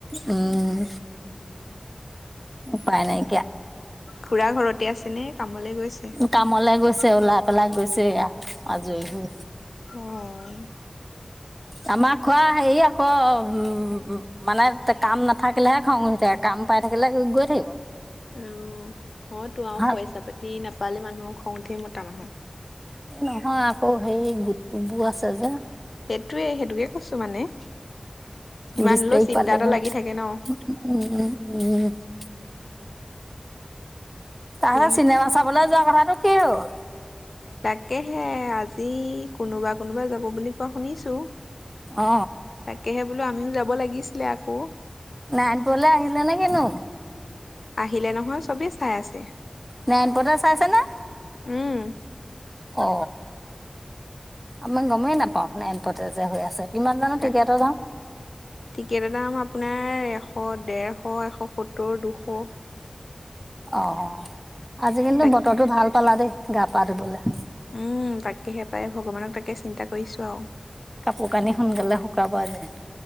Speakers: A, on the right; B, on the left.
A: উম উপায় নাইকিয়া।
B: খুৰা ঘৰতে আছে নে কামলে গৈছে?
A: কামলে গৈছে ওলাই পেলাই গৈছে এয়া আজৰি হৈ।
B: উম
A: আমাৰ খুৰা হেৰি আকৌ ওমমম মানে কাম নাথাকিলেহে খং উঠি থাকে কাম পাই থাকিলে গৈ থাকিব।
B: অ হয় তো আৰু
A: ভাল।
B: পইচা পাতি নাপালে মানুহৰ খং উঠে মতা মানুহৰ।
A: এই নহয় আকৌ সেই গোট বোৰ আছে যে।
B: সেইটোৱে সেইটোকে কৈছো মানে যিমান
A: বিশ
B: হ'লেও
A: তাৰিখ
B: চিন্তা
A: পালেহি
B: এটা লাগি থাকে ন।
A: উম উম তাৰ
B: কি
A: পিছত চিনেমা চাবলৈ যোৱা কথাটো কি হ'ল
B: তাকেহে আজি কোনোবা কোনোবা যাব বুলি কোৱা শুনিছো।
A: অ
B: তাকেহে বোলো আমিও যাব লাগিছিলে আকৌ।
A: নাৰায়ণপুৰলে আহিলে নে কি নো?
B: আহিলে নহয় চবেই চাই আছে।
A: নাৰায়ণপুৰতে চাই আছে নে?
B: উম
A: অ আমি গমেই নাপাওঁ নাৰায়ণপুৰতে যে হৈ আছে। কিমান জানো
B: তাক
A: টিকেটৰ দাম?
B: টিকেটৰ দাম আপোনাৰ এশ, ডেৰশ, এশ সত্তৰ, দুশ
A: অ, আজি কিন্তু
B: তাক
A: বতৰটো ভাল পালা দেই গা-পা ধুবলে।
B: উম তাকেহে পায় ভগৱানক তাকে চিন্তা কৰিছো আও।
A: কাপোৰ কানি সোনকালে শুকাব আজি।